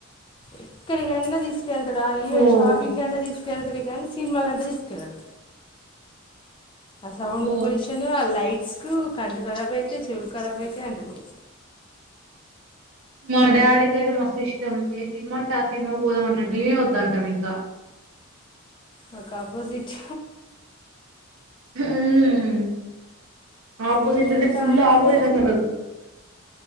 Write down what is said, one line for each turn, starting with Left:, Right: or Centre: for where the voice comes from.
Left: ఎక్కడికన్నా తీసు వేల్తాడు ఆయియ
Right: ఓ
Left: షాపింగ్ అన్న తిస్ తీసుకెళ్తాడు కానీ సినిమాలంటే తీసుకెళ్ళడు ఆ సౌండ్
Right: ఓ
Left: పొల్యూషన్ ఆ లైట్ కు కండ్లు ఖరాబ్ అయితయి చెవులు ఖరాబ్ అయితయి అంటడిగా
Right: మా డాడీకి అయితే మస్తిస్టం ఏ సినిమా అంటే ఆ సినిమాకి పోదామ అంటాడు మేమే వద్ద అంటాం ఇంకా
Left: మాక్ అపోజిట్
Right: మ్హ్ ఆపోసిట్
Left: మేము వెళ్తా
Right: అ ఫుల్
Left: అంటే
Right: ఆపోజట్ అసలు